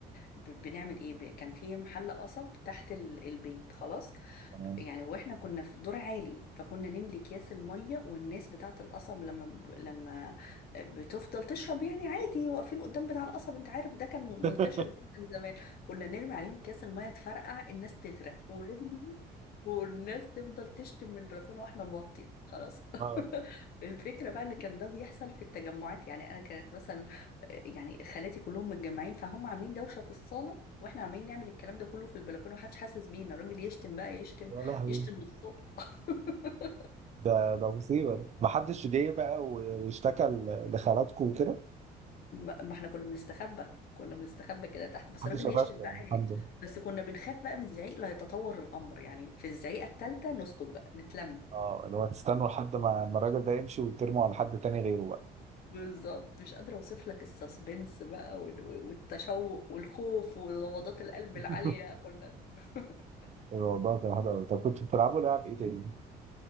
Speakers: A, on the left; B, on the right.
A: ب... بنعمل ايه ب... كان في محل قصب تحت ال... البيت خلاص
B: تمام
A: يعني واحنا كنا في الدور عالي فكنا نملي اكياس الميه والناس بتاعه القصب لما ب... لما بتفضل تشرب يعني عادي واقفين قدام بتاع القصب انت عارف ده كان
B: <laughs>
A: منتشر جدا زمان كنا نرمي عليهم اكياس الميه تفرقع الناس تغرق والراجل والناس تفضل تشتم من البلكونه واحنا نوطي خلاص <laughs>
B: اه
A: الفكرة بقى ان كان ده بيحصل في التجمعات يعني انا كانت مثلا يعني خالاتي كلهم متجمعين فهم عاملين دوشة في الصالة واحنا عاملين نعمل الكلام ده كله في البلكونة محدش حاسس بينا الراجل يشتم بقى يشتم
B: يا لهوي
A: يشتم للصبح <laughs>
B: ده ده مصيبة ده محدش جه بقى و- واشتكى ل- لخالاتكم وكده
A: ما ما احنا كنا بنستخبى كنا بنستخبى كده تحت بس
B: محدش
A: الراجل
B: قفشكم
A: يشتم بقى
B: يعني الحمد
A: إيه؟
B: لله
A: بس كنا بنخاف بقى من الزعيق لا يتطور الامر يعني في الزعيقة التالتة نسكت بقى نتلم
B: اه اللي هو تستنوا لحد ما ما الراجل ده يمشي وترموا على حد تاني غيره بقى
A: بالظبط مش قادرة اوصف لك السسبنس بقى وال- والتشوق والخوف ونبضات القلب
B: <laughs>
A: العالية كنا <laughs>
B: الموضوع كان حلو قوي طب كنتوا بتلعبوا لعب ايه تاني؟